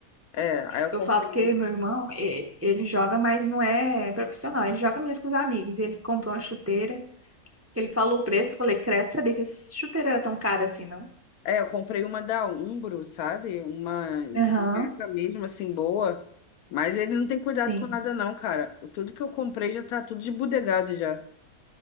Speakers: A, on the left; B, on the right.
A: É, aí eu
B: eu
A: comprei.
B: falo porque meu irmão, e- ele joga, mas não é profissional. Ele joga mesmo com os amigos. Ele comprou uma chuteira, que ele falou o preço. Eu falei, credo, sabia que essa chuteira era tão cara assim, não?
A: É, eu comprei uma da Umbro, sabe? Uma
B: Aham,
A: marca mesmo, assim, boa. Mas ele não tem cuidado
B: sim.
A: com nada, não, cara. O- Tudo que eu comprei já tá tudo desbudegado já.